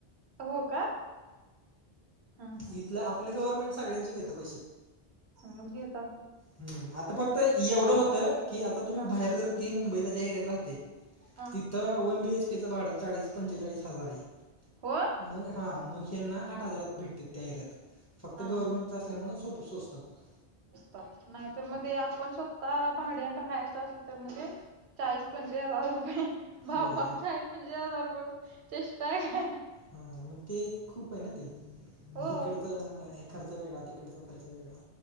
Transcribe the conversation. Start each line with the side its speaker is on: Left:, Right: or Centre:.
Right: हो का हा हा
Left: इथलं आपले गवर्नमेंट सगळ्यांचे घेतं पैसे
Right: मग घेतात
Left: हम्म आता फक्त एवढं होत की आता तुम्ही
Right: हा
Left: बाहेर जर ती मुंबईला ज्या एरियात राहते
Right: हा
Left: तिथं वन बी एच के चे भाड चाळीस पंचेचाळीस हजार ये
Right: हो
Left: मग हा मग हना आठ हजारात भेटते त्या एर्यात फक्त
Right: हा
Left: गव्हर्नमेंटचा
Right: हा
Left: असल्यामुळे सो सोचतात
Right: नाही तर मग ते आपण स्वतः भाड्यान राहायचं असल तर मग ते चाळीस पंवीस हजार रुपये बा
Left: हो
Right: बा
Left: मग
Right: चाळीस पंवीस हजार रुपये चेष्टा आहे काय
Left: हा मग ते खूप आहे ना ते
Right: हो
Left: इकड तर खर् वेगळा तिकटचा खर्च वेगळा